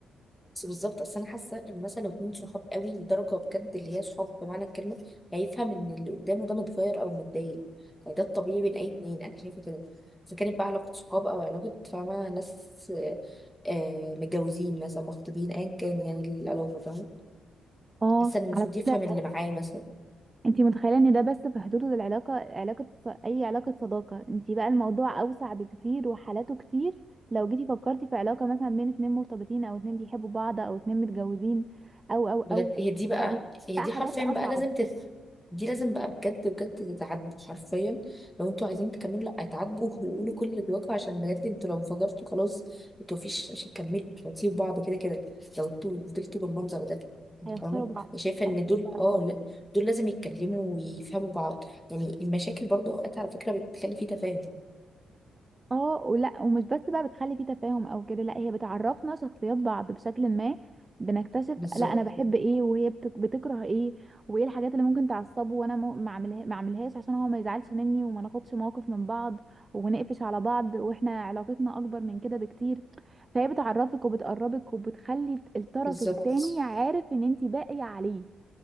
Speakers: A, in the centre; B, on the right.
A: بس بالظبط اصل انا حاسه ان مثلا لو اتنين صحاب قوي لدرجه بجد اللي هي صحاب بمعنى الكلمه هيفهم ان اللي قدامه ده متغير او متضايق يعني ده الطبيعي بين اي اتنين انا شايفه كده اذا كانت بقى علاقه صحاب او علاقه فاهمه ناس آه، آه، متجوزين مثلا مخطوبين ايا كان يعني العلاقه فاهمه
B: اه
A: حاسه إن المفروض
B: على فكره
A: يفهم اللي معاه مثلا
B: انت متخيله ان ده بس في حدود العلاقه علاقه ص- اي علاقه صداقه انت بقى الموضوع اوسع بكتير وحالاته كتير لو جيتي فكرتي في علاقه مثلا بين اتنين مرتبطين او اتنين بيحبوا بعض او اتنين متجوزين او او او
A: بجد هي دي بقى
B: فبيبقى
A: هي
B: حاجات
A: دي حرفيا
B: اصعب
A: بقى لازم تف دي لازم بقى بجد بجد تتعدى حرفيا لو انتوا عايزين تكملوا لا اتعدوا وقولوا كل اللي جواكوا عشان بجد انتوا لو انفجرتوا خلاص انتوا مفيش مش هتكملوا انتوا هتسيبوا بعض كده كده لو انتوا فضلتوا بالمنظر ده يعني
B: هيخسروا
A: فاهمة
B: بعض
A: أنا شايفة
B: هيخسروا
A: ان دول
B: بعض
A: اه
B: اه
A: لا، دول لازم يتكلموا ويفهموا بعض يعني المشاكل برضه اوقات على فكرة بتخلي في تفاهم
B: اه ولا ومش بس بقى بتخلي فيه تفاهم او كده لا هي بتعرفنا شخصيات بعض بشكل ما بنكتشف
A: بالظبط
B: لا انا بحب ايه وهي بت- بتكره ايه وايه الحاجات اللي ممكن تعصبه وانا مو- ما اعملها ما اعملهاش عشان هو ما يزعلش مني وما ناخدش موقف من بعض ونقفش على بعض واحنا علاقتنا اكبر من كده بكتير فهي بتعرفك وبتقربك وبتخلي الطرف
A: بالظبط
B: التاني عارف ان انت باقية عليه